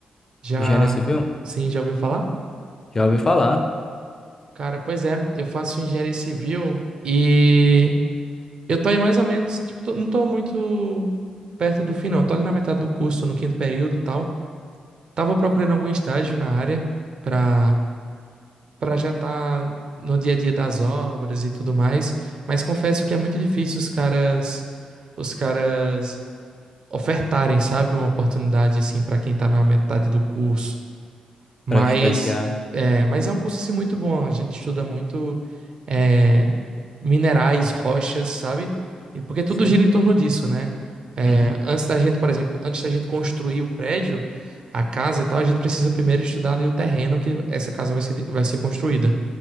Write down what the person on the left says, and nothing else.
Engenharia civil?
Já ouvi falar.
Pra estagiar.
Sei.
Uhum.